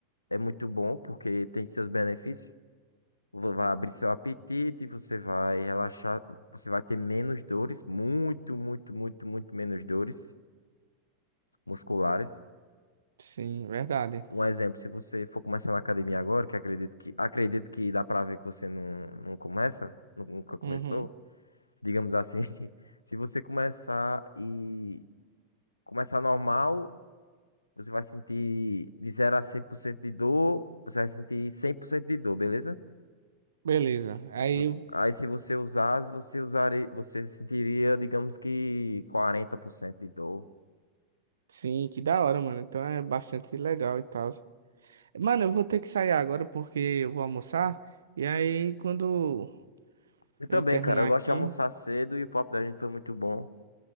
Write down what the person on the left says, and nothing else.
é muito bom porque tem seus benefícios. vo- Vai abrir seu apetite, você vai relaxar, você vai ter menos dores, muito, muito, muito, muito menos dores musculares.
Um exemplo, se você for começar na academia agora, que acredito que acredito que dá pra ver que você não, não começa, nu- nunca começou,
digamos assim, <laughs> se você começar e começar normal, você vai sentir de zero a 100% de dor, você vai sentir 100% de dor, beleza?
Você- Aí, se você usasse, você usaria, você sentiria, digamos que 40% de dor.
Eu também,
cara, eu gosto
de almoçar cedo e o papo da gente foi muito bom.